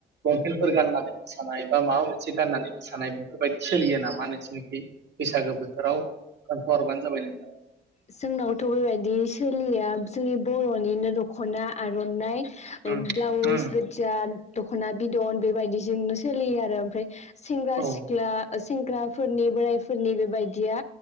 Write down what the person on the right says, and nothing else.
लंपेन्फोर गाननानै मोसानाय बा माबा मोनसे गाननानै मोसानाय बेफोरबायदि सोलियो नामा नोंसोरनिखि बैसागो बोथोराव खोन्था हरबानो जाबाय नोंथाङा
उम
उम
औ